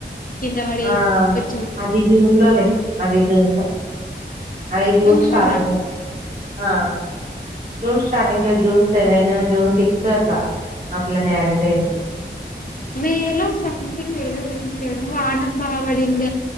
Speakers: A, on the left; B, on the right.
A: కింద పడి
B: ఆ
A: వచ్చింది
B: అది జూన్ లోనె అది జూన్లో అది జూన్
A: చూడలేనా
B: స్టార్టింగ్ లో ఆ జూన్ స్టార్టింగ్ లో జూన్ సెవెన్ జూన్ సిక్స్ అట్లా అట్లా మ్యారేజ్ అయ్యింది
A: మేలో సథింగ్ లేదు ఏం లేదు వానలు బాగాడిండ